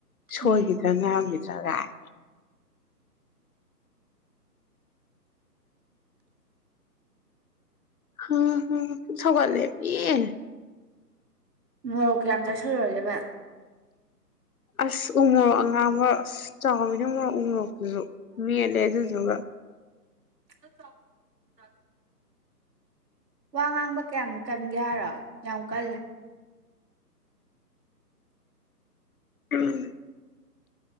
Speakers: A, on the left; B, on the right.
A: ꯁꯣꯏꯒꯤꯗ꯭ꯔꯥ
B: ꯎꯝ
A: ꯉꯥꯡꯒꯤ ꯆꯂꯥꯏ ꯍ ꯍ ꯄꯨꯛ ꯁꯧꯒꯠꯂꯦ ꯑꯦ
B: ꯃꯣꯔꯣꯛ ꯀꯌꯥꯝ ꯆꯥꯁꯜꯂꯨꯔꯒꯦꯕ
A: ꯑꯁ ꯎꯃꯣꯔꯣꯛ ꯑꯉꯥꯡꯕ ꯑꯁ ꯆꯥꯎꯋꯤꯅ ꯃꯨꯔꯣꯛ ꯎꯃꯨꯔꯣꯛ ꯗꯨꯖꯨ ꯃꯦꯠꯂꯦ ꯑꯗꯨꯗꯨꯒ
B: ꯈꯥ ꯆꯥꯎ ꯑ ꯋꯥ ꯉꯥꯡꯕ ꯀꯌꯥꯝ ꯀꯟꯒꯦ ꯍꯥꯏꯔꯣ ꯌꯥꯝ ꯀꯜꯂꯦ
A: ꯎꯝ